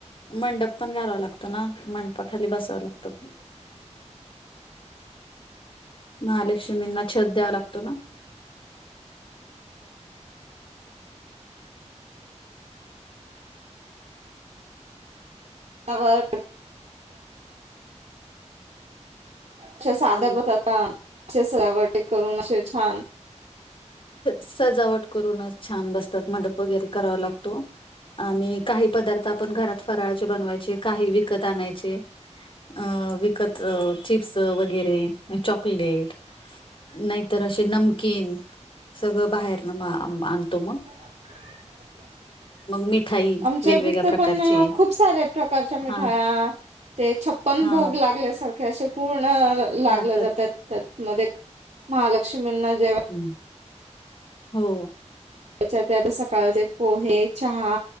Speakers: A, on the left; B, on the right.
A: मंडप पण घालावा लागतो ना, मंडपाखाली बसाव लागतं.
B: <unintelligible>
A: महालक्ष्मींना छत द्यावा लागतो ना.
B: आवट असा साध्या
A: हम्म.
B: पद्धत <unintelligible> सजावट करून असे छान
A: सजावट करूनच छान बसतात मंडप वगैरे करावा लागतो आणि काही पदार्थ आपण घरात फराळाचे बनवायचे काही विकत आणायचे. अ विकत अ, चिप्स वगैरे चॉकलेट. नाहीतर अशे नमकीन सगळं बाहेरन म आणतो मंग
B: <unintelligible> <unintelligible>
A: मिठाई
B: आमच्या
A: वेगवेगळ्या
B: इथं
A: प्रकारची
B: पण खूप साऱ्या प्रकारच्या मिठाया
A: हा
B: ते छप्पन
A: हा
B: भोग लागल्या सारख अशे पूर्ण लागले
A: लागतात.
B: जातात, त्या मध्ये महालक्ष्मीना जेव्हा
A: हम्, हो
B: त्याच्यात आत सकाळचे पोहे, चहा,